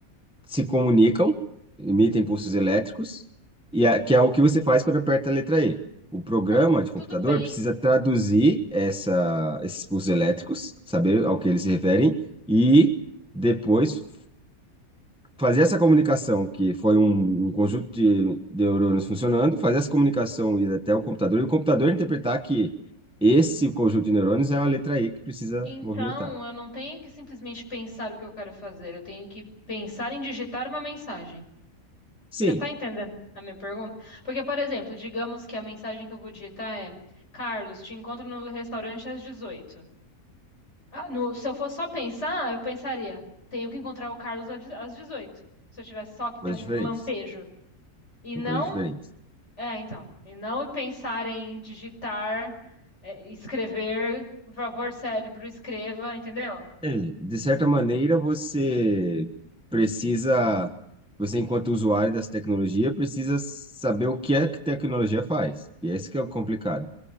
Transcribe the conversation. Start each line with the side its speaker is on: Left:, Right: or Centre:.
Centre: se comunicam, emitem pulsos elétricos, e a- que é o que você faz quando aperta a letra E. O programa
Left: Não,
Centre: de computador
Left: tudo bem.
Centre: precisa traduzir essa, esses pulsos elétricos, saber ao que eles se referem, e depois fazer essa comunicação, que foi um, um conjunto de de neurônios funcionando, fazer essa comunicação ir até o computador e o computador interpretar que esse conjunto de neurônios é uma letra E que precisa
Left: Então,
Centre: movimentar.
Left: eu não tenho que simplesmente pensar o que eu quero fazer, eu tenho que pensar em digitar uma mensagem.
Centre: Sim,
Left: Você tá entendendo a minha pergunta? Porque, por exemplo, digamos que a mensagem que eu vou digitar é: Carlos, te encontro no restaurante às 18. Ah, no- se eu fosse só pensar, eu pensaria: tenho que encontrar o Carlos às de- às 18. Se eu tivesse só que
Centre: coisas
Left: ter um
Centre: diferentes.
Left: lampejo. E
Centre: São
Left: não,
Centre: coisas diferentes.
Left: é, então, e não pensar em digitar, é, escrever, por favor, cérebro, escreva, entendeu?
Centre: É, de certa maneira, você precisa, você enquanto usuário dessa tecnologia, precisa saber o que é que a tecnologia faz. E esse que é o complicado.